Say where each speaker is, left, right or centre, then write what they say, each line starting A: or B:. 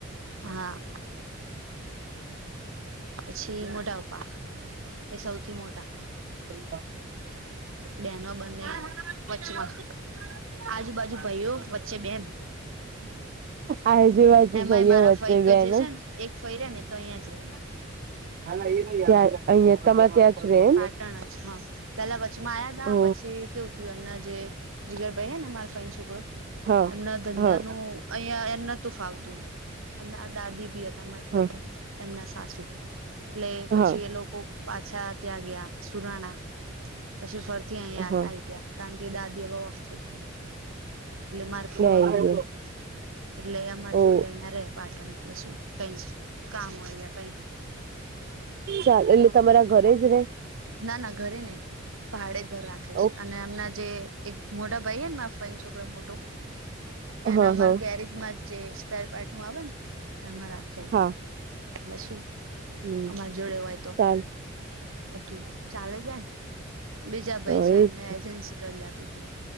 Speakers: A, on the right; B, on the right.
A: હા. પછી મોટા અપ્પા એ સૌથી મોટા.
B: <unintelligible> ન્તા.
A: બેનો બંને <unintelligible> આજુબાજુ ભાઈઓ વચ્ચે બેન
B: આજુબાજુ
A: એમાંય
B: ભાઈઓ
A: મારા
B: વચ્ચે
A: ફઈ તો
B: બેને
A: જે છે ને. એક ફય રયને તો અહીંયા જ રે.
B: ક્યાંય અહિયાં તમારે ત્યાં. જ રે એમ
A: પાટણ જ હ પેલા વચમાં આયા તા
B: ઓ
A: પછી. કેવું થયું એમના જે જીગરભાઈ હેને મા ફાઈના છોકરો
B: હા
A: એમના ધંધાનું
B: હા
A: અહિયાં એમ નતું ફાવતું. અમના અ દાદી બી હતા મતલબ
B: હા
A: એમના સાસુ એટલે પછી
B: હા
A: એ લોકો, પાછા ત્યાં ગ્યા સુરાણા પછી ફરથી અહીયા
B: હા
A: આઈ ગ્યા. કારણ કે દાદી અવે ઓફ થાય ગ્યા એટલે મારે ફુવા
B: આઈ
A: બી
B: ગયા
A: નહી. એટલે અમાર જોડે
B: ઓ
A: અહિયાં રે પાટણ એટલે શું કઈ જ કામ હોય યા કઈ બી.
B: ચાલ એટલે તમારા ઘરે જ રેય?
A: ના ના ઘરે નઈ ભાડે ઘર રાખે છે.
B: ઓ
A: અને એમના જે એક મોટા ભાઈ હે ને મારા ફઈનો છોકરો મોટો એના
B: હા
A: અમારે
B: હા
A: ગેરેજમાં જ જે સ્પેર પાર્ટનું આવેન એમાં રાખેલ છે.
B: હા
A: એટલે શું?
B: હમ
A: અમાર જોડે હોય તો.
B: ચાલ
A: બધું ચાલે જાય બીજા ભઈ
B: હા
A: છે,
B: એજ
A: એમને એજન્સી કરી આપી તી.